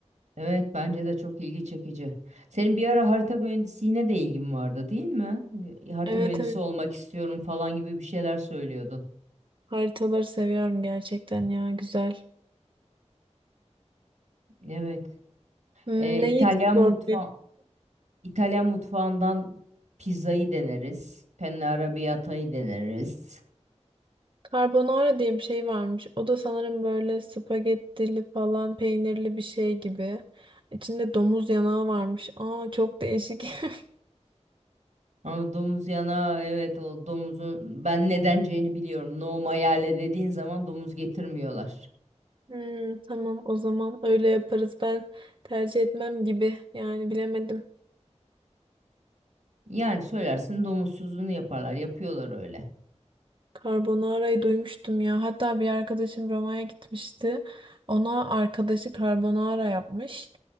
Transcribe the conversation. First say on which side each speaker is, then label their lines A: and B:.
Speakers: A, on the right; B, on the right.
A: Evet, bence de çok ilgi çekici. Senin bir ara harita mühendisliğine de ilgin vardı, değil mi? E, Harita
B: Evet
A: mühendisi
B: evet
A: olmak istiyorum falan gibi bir şeyler söylüyordun.
B: haritaları seviyorum gerçekten ya güzel.
A: Evet.
B: Hmm,
A: E,
B: ne
A: İtalyan
B: yiyeceğiz
A: mutfağı
B: orada?
A: İtalyan mutfağından pizzayı deneriz. Penne arrabbiata'yı deneriz.
B: Carbonara diye bir şey varmış. O da sanırım böyle spagettili falan peynirli bir şey gibi. İçinde domuz yanağı varmış. Aa çok değişik. <laughs>
A: Ama domuz yana evet o domuzun ben nedenceğini biliyorum. No maiale dediğin zaman domuz getirmiyorlar.
B: Hmm, tamam o zaman öyle yaparız. Ben tercih etmem gibi. Yani bilemedim.
A: Yani söylersin domuzsuzunu yaparlar. Yapıyorlar öyle.
B: Carbonara'yı duymuştum ya. Hatta bir arkadaşım Roma'ya gitmişti. Ona arkadaşı carbonara yapmış.